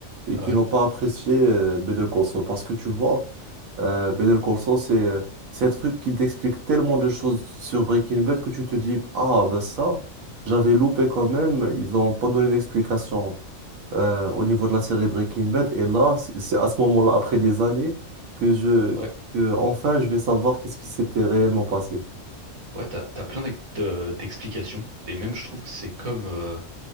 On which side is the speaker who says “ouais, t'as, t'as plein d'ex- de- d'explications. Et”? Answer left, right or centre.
Right